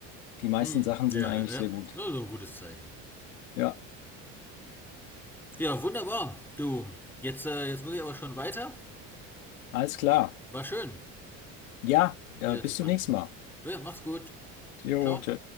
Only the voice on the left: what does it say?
Die meisten
Sachen sind
eigentlich
sehr gut.
Ja,
alles klar.
Ja, äh,
bis
zum nächsten Mal.
Jo,
tschö.